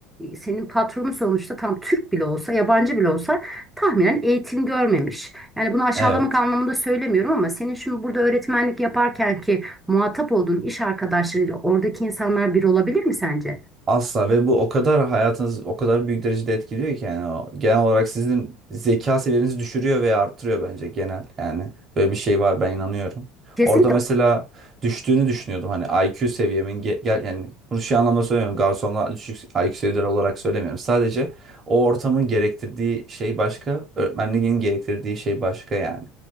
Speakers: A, in the centre; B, on the right.
A: e, senin patronun sonuçta tam Türk bile olsa, yabancı bile olsa tahminen eğitim görmemiş. Yani bunu aşağılamak
B: Evet.
A: anlamında söylemiyorum ama senin şimdi burada öğretmenlik yaparken ki muhatap olduğun iş arkadaşlarıyla oradaki insanlar bir olabilir mi sence?
B: Asla ve bu o kadar hayatınız o kadar büyük derecede etkiliyor ki yani o genel olarak sizin zeka seviyenizi düşürüyor veya arttırıyor bence genel yani böyle bir şey var ben inanıyorum.
A: Kesinlikle
B: Orada mesela düştüğünü düşünüyordum hani IQ seviyemin ge- gel yani bunu şu anlamda söylemiyorum garsonla düşük IQ seviyeleri olarak söylemiyorum. Sadece o ortamın gerektirdiği şey başka, öğretmenliğin gerektirdiği şey başka yani.